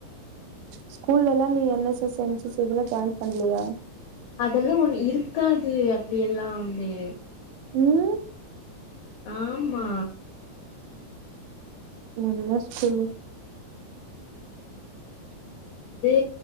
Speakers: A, on the right; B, on the left.
A: ஸ்கூல்ல எல்லாம் நீ N S S N C C இதுல ஜாயின் பண்லையா
B: அதெல்லா ஒண்ணு இருக்காது அப்டி எல்லாமே
A: ம்
B: ஆமா
A: ம் என்ன ஸ்கூல்
B: ஏ